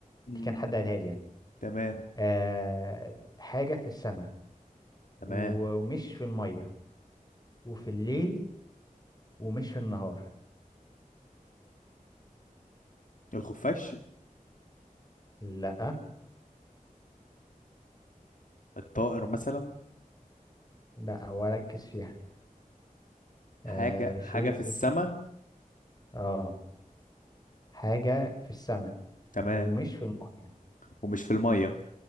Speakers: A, on the left; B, on the left.
A: مم،
B: دي كان حد قالها لي يعني
A: تمام
B: أه... حاجة في السماء
A: تمام
B: و- ومش في المية وفي الليل ومش في النهار
A: الخفاش
B: لا
A: الطائر مثلا
B: لا وركز فيها
A: حاجة
B: أه... شيء
A: حاجة في
B: في
A: السماء
B: الس- اه حاجة في السماء
A: تمام
B: ومش في المية
A: ومش في المية